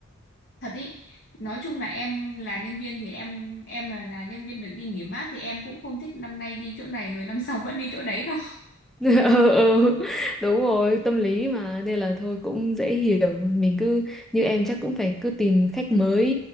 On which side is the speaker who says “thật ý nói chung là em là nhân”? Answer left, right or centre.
Left